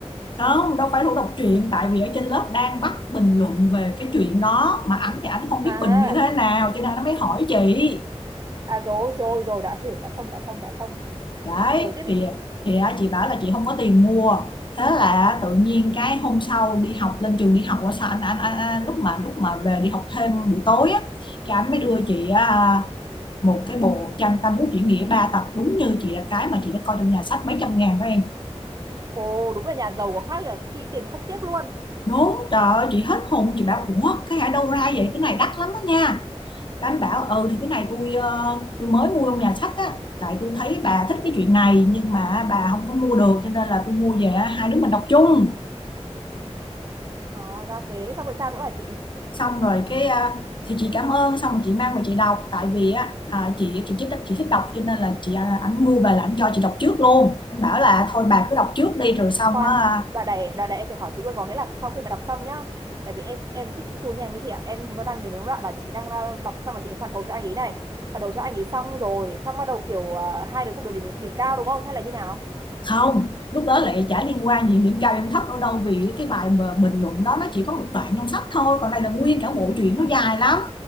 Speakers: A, on the left; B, on the right.
A: không đâu phải lúc đọc truyện tại vì ở trên lớp đang bắt bình luận về cái chuyện đó mà ảnh thì ảnh không biết
B: À,
A: bình như thế nào cho nên nó mới hỏi chị
B: à rồi rồi rồi đã hiểu đã thông đã thông đã thông,
A: đấy
B: rồi tiếp
A: thì
B: đi chị.
A: thì á, chị bảo là chị không có tiền mua thế là tự nhiên cái hôm sau đi học lên trường đi học qua sao anh, anh, anh, anh lúc mà lúc mà về đi học thêm buổi tối á cái anh mới đưa chị à, một cái bộ tranh Tam Quốc diễn nghĩa ba tập đúng như chị là cái mà chị đã coi trong nhà sách mấy trăm ngàn đó em
B: Ồ đúng là nhà giàu có khác nhở, chi tiền không tiếc luôn.
A: đúng trời ơi, chị hết hồn chị bảo ủa cái ở đâu ra vậy cái này đắt lắm đó nha cái anh bảo ừ thì cái này tôi ờ, tôi mới mua trong nhà sách á tại tôi thấy bà thích cái chuyện này nhưng mà bà không có mua được cho nên là tôi mua về á, hai đứa mình đọc chung
B: Ờ, ra thế xong rồi sao nữa hả chị
A: xong rồi cái à, thì chị cảm ơn xong rồi chị mang về chị đọc tại vì á à, chị chị thích chị thích đọc cho nên là chị à, ảnh mua về là ảnh cho chị đọc trước luôn anh bảo là thôi bà cứ đọc trước đi rồi
B: khoan
A: xong
B: khoan.
A: á, à,
B: đoạn này đoạn này em phải hỏi chị luôn có nghĩa là sau khi mà đọc xong nhá tại vì em em thích cái tour nhanh như chị ạ em vẫn đang đến đúng đoạn là chị đang ờ, đọc xong mà chị phản hồi cho anh ấy này phản hồi cho anh ấy xong rồi xong bắt đầu kiểu ờ, hai đứa cũng được điểm điểm cao đúng không hay là như nào
A: không lúc đó lại chả liên quan gì điểm cao điểm thấp đâu đâu vì cái bài mà bình luận đó nó chỉ có một đoạn trong sách thôi còn đây là nguyên cả bộ truyện nó dài lắm